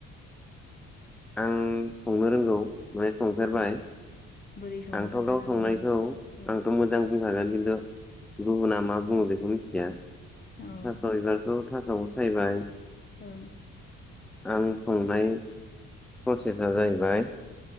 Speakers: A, in the centre; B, on the left (about 30°).
A: आं संनो रोंगौ। ओमफ्राय संफेरबाय,
B: औ बोरै सङो
A: आंथ'
B: खोन्थानो
A: गाव
B: हागोन
A: संनायखौ
B: नामा? औ
A: आंथ' मोजां बुंखागोन खिन्थु गुबुना मा बुङो बेखौ मिथिया। थास'
B: ओं
A: बिबारखौ उनाव सायबाय
B: औ
A: आं संनाय प्रसेसा जाहैबाय